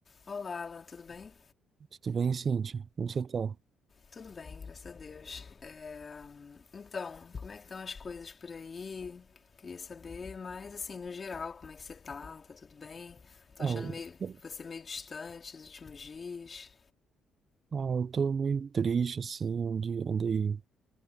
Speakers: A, on the left (about 35°); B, on the right (about 50°).
A: Olá, Alan, tudo bem?
B: Tudo bem, Cíntia? Como você tá?
A: Tudo bem, graças a Deus. É, Então, como é que estão as coisas por aí? Queria saber, mas assim, no geral, como é que você tá? Tá tudo bem? Tô
B: Ah,
A: achando meio,
B: eu
A: você meio distante nos últimos dias.
B: ah, eu tô meio triste, assim, onde andei